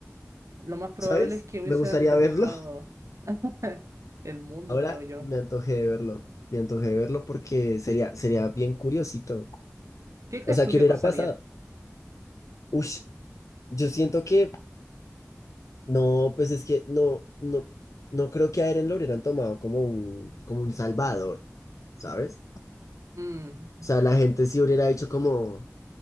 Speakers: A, on the right; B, on the left.
A: Lo más probable
B: ¿Sabes?
A: es que hubiesen
B: Me gustaría
A: repoblado
B: verlo.
A: <laughs> el mundo,
B: Ahora
A: creo yo.
B: me antojé de verlo. Me antojé de verlo porque sería, sería bien curiosito.
A: ¿Qué crees
B: O sea,
A: tú
B: ¿qué
A: que
B: hubiera
A: pasaría?
B: pasado? Ush, yo siento que no, pues es que no, no, no creo que a Eren lo hubieran tomado como un, como un salvador, ¿sabes?
A: Mm,
B: O sea, la gente sí hubiera hecho como,